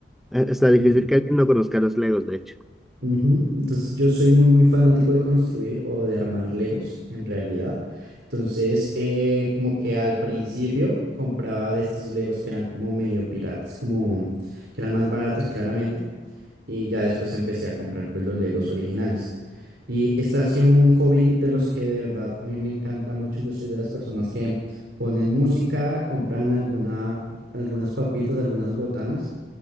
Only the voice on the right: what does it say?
Mm,
Ujú, Entonces yo soy muy muy fanático de construir o de armar Legos en realidad. Entonces eh, como que al principio compraba de estos Legos que eran como medio piratas, como que eran más baratos claramente. y ya después empecé a comprar pues los Legos originales. Y este ha sido un hobby de los que de verdad a mí me encanta mucho. Yo soy de las personas que ponen música, compran alguna, algunas papitas, algunas botanas